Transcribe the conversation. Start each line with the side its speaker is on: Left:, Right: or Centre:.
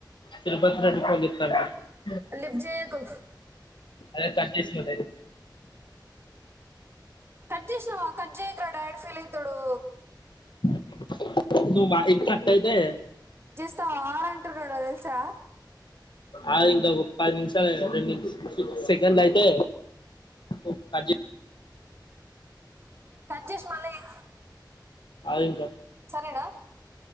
Left: తిరుపతి రెడ్డి పోన్ చేత్తాండిప్పుడు
Right: లిఫ్ట్ జేయకు
Left: అదే కట్ చేసిన డైరెక్ట్
Right: కడ్జేష్నవ కడ్జే మా డాడ్ ఫీల్అయితడు
Left: <unintelligible> నువ్ మా ఇన్షట్టైతే
Right: సార్ అంటున్నాడో తెల్సా
Left: ఆగింక ఒక పది నిమిషాలు రెండు నిమిష్ సు సెకండ్లైతే ఒ కడ్జెయ్
Right: కడ్జేసి మల్ల జెయ్
Left: అదింక
Right: సరేనా